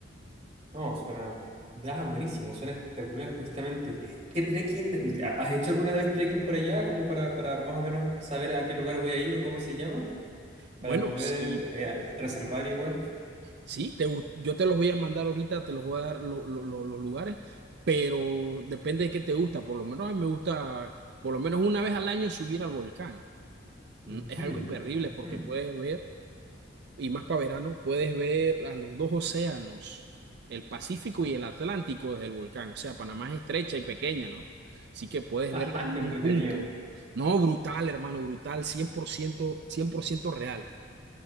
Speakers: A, on the right; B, on the right.
A: No, suena. Ah, buenísimo, suena espectacular, justamente. ¿Qué trekking? ha- ¿Has hecho alguna vez trekking por allá? Como para, para más o menos saber a qué lugar voy a ir o cómo se llama,
B: Bueno,
A: para poder
B: sí.
A: eh, reservar igual.
B: Sí, te gu- yo te los voy a mandar ahorita, te los voy a dar lo- lo- lo- los lugares, pero depende de qué te gusta. Por lo menos a mí me gusta, por lo menos una vez al año subir al volcán.
A: Ujú,
B: Mm, Es algo imperdible
A: ujú.
B: porque puedes ver, y más para verano, puedes ver a los dos océanos, el Pacífico y el Atlántico desde el volcán. O sea, Panamá es estrecha y pequeña, ¿no? Así que puedes
A: <laughs> Ajá,
B: verlos en
A: qué
B: un
A: entretenido.
B: punto. No, brutal, hermano, brutal, cien cien por ciento, cien por ciento real.